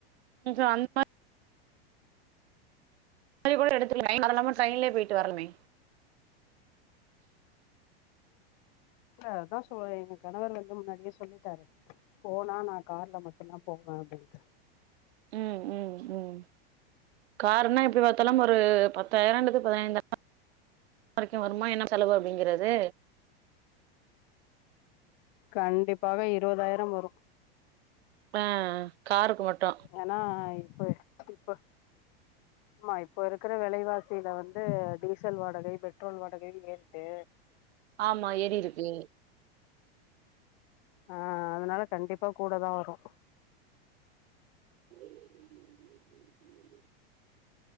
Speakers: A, on the right (about 90°); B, on the left (about 50°).
A: கொஞ்சோ அந் <unintelligible> மாரி கூட எடுத்துக்க அதல்லாம ட்ரெயின்லய போயிட்டு வரலமே
B: இல்ல அதா சொ எங்க கணவர் வந்து முன்னாடியே சொல்லிட்டா போனா நா கார்ல மட்டும்தா போவே அப்டின்டு
A: ம் ம் ம் கார் ன்னா எப்டி பாத்தாலு ஒரு பத்தாயிரம் அல்லது பதினைந்தா வரைக்கு வருமா என்ன செலவு அப்டிங்கிறது
B: கண்டிப்பாக இருபதாயிரம் வரும்
A: ஆ காருக்கு மட்டு
B: ஆனா இப்ப இப்ப
A: <unintelligible>
B: ஆமா இப்ப இருக்கிற விலைவாசியில வந்து டீசல் வாடகை பெட்ரோல் வாடகை ஏறிட்டு
A: ஆமா ஏறிருக்கு
B: ஆ அதனால கண்டிப்பா கூட தா வரு
A: <inaudible>